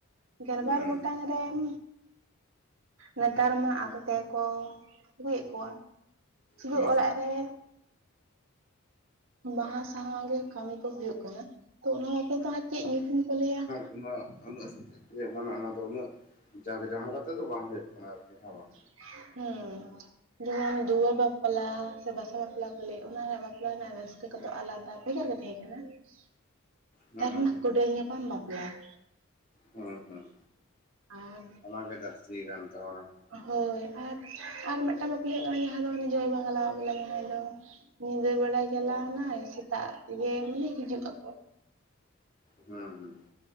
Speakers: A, on the right; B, on the left.
A: ᱜᱮᱞᱵᱟᱨ
B: ᱦᱩᱸ
A: ᱜᱚᱴᱟᱝ ᱨᱮᱢ ᱱᱮᱛᱟᱨ ᱢᱟ ᱟᱠᱚ ᱠᱚᱜᱮ ᱟᱹᱜᱩᱭᱮᱫ ᱠᱚᱣᱟ ᱥᱩᱫᱩ
B: ᱦᱩᱸ
A: ᱚᱲᱟᱜ ᱨᱮ ᱵᱟᱸᱦᱟᱸ ᱥᱟᱦᱟᱣ ᱜᱮ ᱠᱟᱹᱢᱤ ᱠᱚ ᱦᱩᱭᱩᱜ ᱠᱟᱱᱟ ᱛᱚ ᱚᱱᱟ ᱵᱟᱯᱮ ᱫᱚ ᱦᱟᱸ ᱪᱮᱫ ᱧᱩᱛᱩᱢ ᱠᱚ ᱞᱟᱹᱭᱟ
B: ᱚᱱᱟ <unintelligible> ᱢᱟᱱᱮ ᱚᱱᱟ ᱫᱚ ᱩᱱᱟᱹᱜ ᱡᱟᱠ ᱡᱚᱢᱚᱠ ᱟᱛᱮᱫ ᱫᱚ ᱵᱟᱝ ᱦᱩᱭᱩᱜ ᱠᱟᱱᱟ ᱟᱨᱠᱤ ᱦᱮᱸ ᱵᱟᱝ
A: ᱦᱩᱸᱻ ᱡᱮᱢᱚᱱ ᱫᱩᱣᱟᱹᱨ ᱵᱟᱯᱞᱟ, ᱥᱮ ᱵᱟᱥᱟ ᱵᱟᱯᱞᱟ ᱠᱚ ᱞᱟᱹᱭ ᱚᱱᱟᱨᱮ ᱵᱟᱯᱞᱟ ᱨᱮᱱᱟᱜ ᱨᱟᱹᱥ ᱠᱟᱹ ᱠᱚᱫᱚ ᱟᱞᱟᱫᱟ ᱵᱷᱮᱜᱟᱨ ᱜᱮ ᱛᱟᱦᱮᱸ ᱠᱟᱱᱟ, ᱱᱮᱛᱟᱨ
B: ᱦᱩᱸ ᱦᱩᱸ
A: ᱢᱟ ᱠᱚᱱᱰᱮᱞ ᱧᱟᱯᱟᱢ ᱵᱟᱯᱞᱟ ᱾
B: ᱦᱮᱸ ᱦᱮᱸ
A: ᱟᱨ
B: ᱚᱱᱟ ᱜᱮ ᱡᱟᱹᱥᱛᱤ ᱠᱟᱱ ᱛᱟᱵᱚᱱᱟ ᱾
A: ᱦᱳᱭ ᱟᱨ ᱟᱨ ᱢᱤᱫᱴᱟᱝ ᱵᱟᱯᱞᱟ ᱦᱩᱭᱩᱜ ᱠᱟᱱᱟ ᱡᱟᱦᱟᱸ ᱫᱚ <unintelligible> ᱡᱟᱦᱟᱸᱭ ᱫᱚ ᱧᱤᱫᱟᱹ ᱵᱮᱲᱟᱭ ᱪᱟᱞᱟᱣ
B: ᱚ
A: ᱱᱟᱭ ᱥᱮᱛᱟᱜ ᱜᱮ ᱢᱟᱱᱮ ᱦᱤᱡᱩᱜ ᱟᱠᱚ ᱾
B: ᱦᱮᱸ ᱦᱮᱸ ᱾